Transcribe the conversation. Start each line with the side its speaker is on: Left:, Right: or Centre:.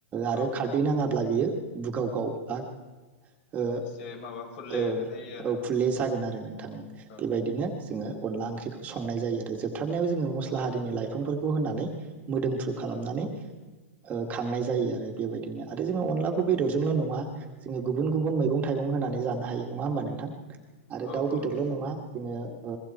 Right: आरो
Left: औ
Right: खारदै
Left: औ
Right: नाङाबा बेयो बुगाव गाव बा ओ
Left: इसे माबा फुरले
Right: औ
Left: जायो आरो
Right: औ फुरले जागोन आरो नोंथां
Left: औ
Right: बेबायदिनो जोङो अनला ओंख्रिखौ संनाय जायो आरो जोब हथारनायाव जोंङो मस्ला
Left: औ
Right: हारिनि लायो। बिफांफोरखौ होनानै मोदोमफ्रु खालामनानै
Left: औ
Right: ओ खांनाय जायो आरो बेबायदिनो आरो जोङो अनला बेदरजोंल नङा जोङो गुबुन गुबुन मैगं थाइगं होनानै जानो हायो नङा होमबा नोंथां <inaudible>
Left: औ
Right: आरो
Left: औ
Right: दाउ
Left: औ
Right: बेदरल'
Left: नंगौ
Right: नङा जोङो ओ